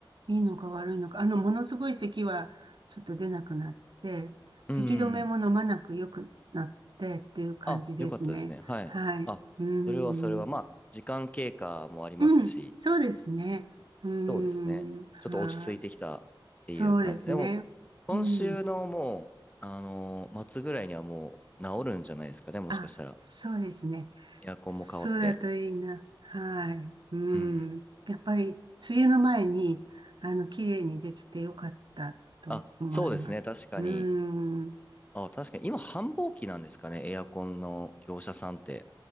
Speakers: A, on the right (about 60°); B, on the left (about 15°).
A: う。いいのか悪いのか。あの、ものすごい咳はちょっと出なくなって、咳止めも飲まなく良くなってっていう感じですね。
B: うんうんうん。あ、よかったですね。はい。
A: はい。
B: あ、
A: うーん。
B: それはそれは、まあ、時間経過もありますし、
A: うん。そうですね。うーん。
B: そうですね。
A: はい。
B: ちょっと落ち着いてきたっていう感じ。
A: そうですね。
B: でも、今週のもう、
A: うん。
B: あのー末ぐらいにはもう治るんじゃないですかね、もしかしたら。
A: あ、そうですね。
B: エアコンも変わって。
A: そうだといいな。はい。うん。
B: うん。
A: やっぱり、梅雨の前に、あの、綺麗にできてよかったと思います。
B: あ、そうですね。確かに。
A: うん。
B: あ、確かに。今、繁忙期なんですかね。エアコンの業者さんって。